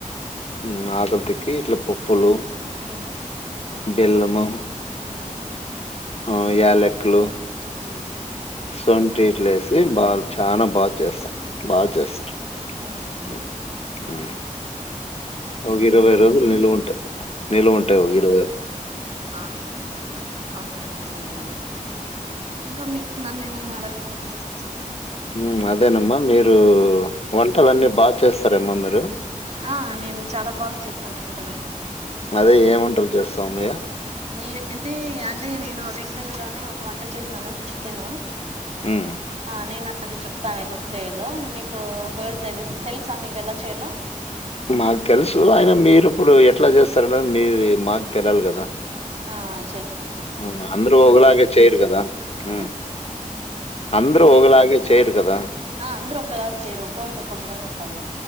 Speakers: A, on the left; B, on the right.
A: మ్ ఆకల్తీకి ఇట్లా పప్పులు
B: మ్
A: బెల్లము
B: మ్
A: ఆ యలెకులు
B: మ్
A: సొంఠి ఇట్లా ఏసి బాల్ చానా బాగా చేస్తా బాచెస్తారు
B: అవునులేండి
A: మ్ మ్ ఒక
B: ఇంకా
A: ఇరవై
B: మీరు
A: రోజులు నిలువ ఉంటై నిలువ ఉంటై ఒక ఇరవై
B: ఆన్ అవునులెండి అవునులెండి ఇంకా మీక్ నన్ ఏమైనా అడగాలనే క్వశ్చన్స్ ఉన్నాయా
A: మ్ అదేనమ్మ మీరు
B: ఉ
A: వంటలు అన్ని బా చేస్తార అమ్మ మీరు
B: ఆ నేను చాలా బాగా చేసాను వంటలు
A: అదే ఏ వంటలు చేస్తావ్ అమయ్య
B: నీ ఏంటీ అంటే నేను రీసెంట్ గా ఒక వంట చేసినాను చికెను
A: హ్మ్.
B: ఆ నేన అది చెప్తాను ఎలా చెయాలో మీకు ఒక వేల తెలి తెలుసా మీకు ఎలా చెయలో
A: మాకు తెలుసు అయిన మీరు ఇప్పుడు ఎట్లా చేస్తారో లేదో మీది మాకు తెలలి కదా
B: ఆ చేస్
A: అవును అంద్రు ఒకలాగే చేయరు కదా ఉ
B: ఆ
A: అంద్రు
B: ఏమండి
A: ఒకలాగే చేయరు కదా
B: ఆ అంద్రు ఒకలాగ చేయరు ఓకోల్ది ఒకో విధంగా ఉంటది